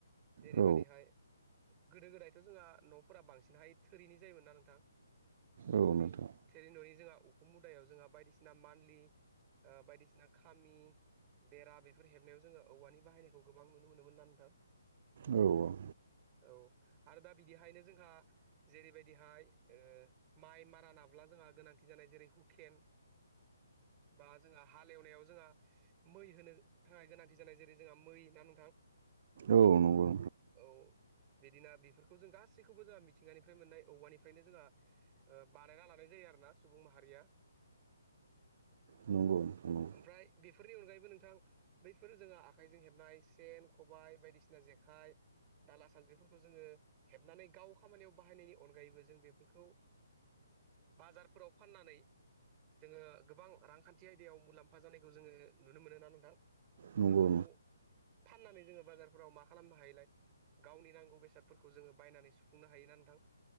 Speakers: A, on the right; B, on the right.
A: जेरैबायदिहाय।
B: औ
A: गोदो गोदायथ' जोंहा न'फोरा बांसिनहाय थोरिनि जायोमोन ना नोंथां।
B: औ
A: बै
B: नोंथां
A: थेरै न'नि जोंहा उखुम मुदायाव जोंहा बायदिसिना मान्थलि बायदिसिना खामि बेरा बेफोर हेबनायाव जोङो औवानि बाहायनायखौ गो गोबां नुनो मोनोमोन ना नोंथां।
B: औ औ
A: औ आरो दा बिदिहायनो जोंहा जेरैबायदिहाय। माइ मारा नाब्ला जोंहा गोनांथि जानाय जेरै हुकेन बा जोंहा हालेवनायाव जोंहा मै होनो थाखाय गोनांथि जानाय जेरै जोंहा मै दा नोंथां
B: औ नंगौ
A: औ बिदिना बेफोरखौ जों गासैखौबो जोंहा मिथिंगानिफ्राय मोननाय औवानिफ्रायनो जोंहा। बानायना लानाय जायो आरोना सुबुं माहारिया।
B: नंगौ। नंगौ
A: ओमफ्राय बेफोरनि अनगायैबो नोंथां बैफोर जोंङो आखाइजों हेबनाय। सेन खबाय बायदिसिना जेखाइ दाला सान्द्रिफोरखौ जोङो हेबनानै गाव खामानियाव बाहायनायनि अनगायैबो जों बेफोरखौ। बाजारफोराव फाननानै। जोङो गोबां रांखान्थि आयदायाव मुलाम्फा जानायखौ जोङो नुनो मोनोना नोंथां।
B: नंगौ।
A: बेफोरखौ फाननानै जोङो बाजारफोराव मा खालामनो हायलाय। गावनि नांगौ बेसादफोरखौ जोङो बायनानै सुफुंनो हायोना नोंथां।